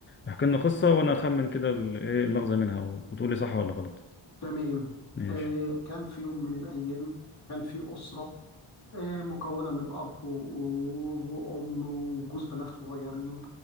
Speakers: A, on the left; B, on the left.
A: احكي لنا قصة وأنا أخمن كده ال- إيه المغزى منها وتقول لي صح ولا غلط
B: تمام
A: ماشي
B: آه كان في يوم من الأيام كان في أسرة آه، مكونة من أب و- و- وأم وجوز بنات صغيرين